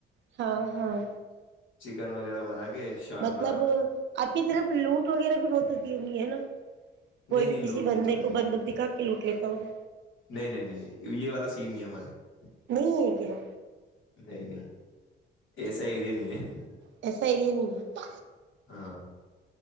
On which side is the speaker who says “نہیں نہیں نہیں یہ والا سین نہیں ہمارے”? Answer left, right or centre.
Left